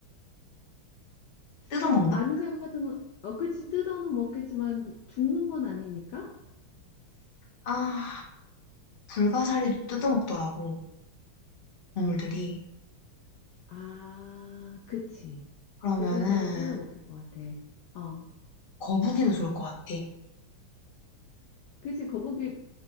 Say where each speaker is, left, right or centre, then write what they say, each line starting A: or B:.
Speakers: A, on the left; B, on the left.
A: 뜯어먹나?
B: 어, 말미잘 같은 거, 어, 그치, 뜯어는 먹겠지만 죽는 건 아니니까?
A: 아, 불가사리도 뜯어먹더라고 동물들이.
B: 아, 그치.
A: 그러면은
B: 불가사리 뜯어 먹힐 것 같아. 어,
A: 거북이도 좋을 것 같아.
B: 그치, 거북이,